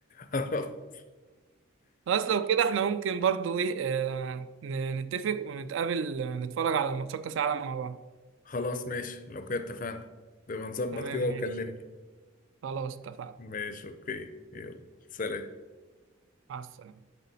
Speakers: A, on the left; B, on the right.
A: <laughs>
B: خلاص لو كده احنا ممكن برضو ايه آه ن- نتفق ونتقابل آه، نتفرج على ماتشات كاس العالم مع بعض
A: خلاص ماشي لو كده اتفقنا نبقى نظبط
B: تمام
A: كده وكلمني
B: ماشي خلاص اتفقنا
A: ماشي أوكي يلا سلام
B: مع السلامه